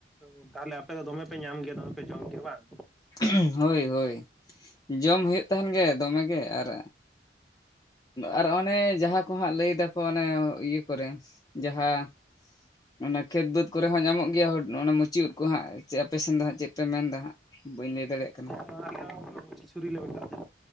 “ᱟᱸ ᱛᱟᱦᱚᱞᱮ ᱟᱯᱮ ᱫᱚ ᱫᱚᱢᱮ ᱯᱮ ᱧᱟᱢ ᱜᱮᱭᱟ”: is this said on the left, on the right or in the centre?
Centre